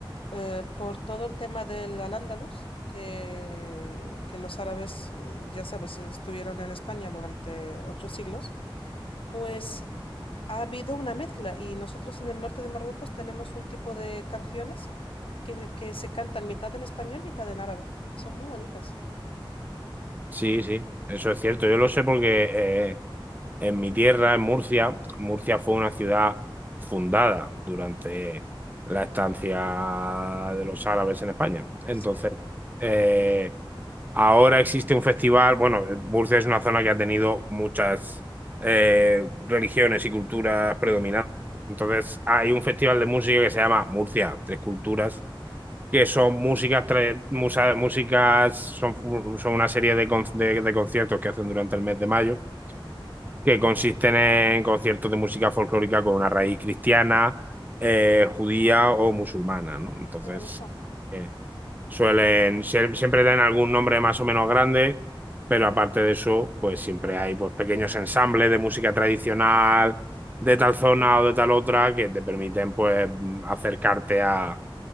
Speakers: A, on the left; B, on the right.
A: eh, por todo el tema del al-Ándalus, que, que los árabes, eh, ya sabes, estuvieron en España durante ocho siglos, Pues ha habido una mezcla y nosotros en el norte de Marruecos tenemos un tipo de canciones que, que se cantan mitad en español, mitad en árabe. Son muy bonitas.
B: Sí, sí, eso es cierto. Yo lo sé porque eh, en mi tierra, en Murcia, Murcia fue una ciudad fundada durante la estancia de los árabes en España. Entonces,
A: Sí,
B: eh, ahora existe un festival. Bueno, Murcia es una zona que ha tenido muchas eh, religiones y culturas predominantes.
A: Ujú.
B: Entonces, hay un festival de música que se llama Murcia Tres Culturas que son músicas, tra- musa, músicas son, son, una serie de, con, de, de, conciertos que hacen durante el mes de mayo, que consisten en conciertos de música folclórica con una raíz cristiana, eh, judía o musulmana, ¿no? Entonces,
A: muy bonito.
B: eh, Suelen, sie- siempre dan algún nombre más o menos grande, pero aparte de eso, pues siempre hay pues, pequeños ensambles de música tradicional de tal zona o de tal otra que te permiten pues mm, acercarte a,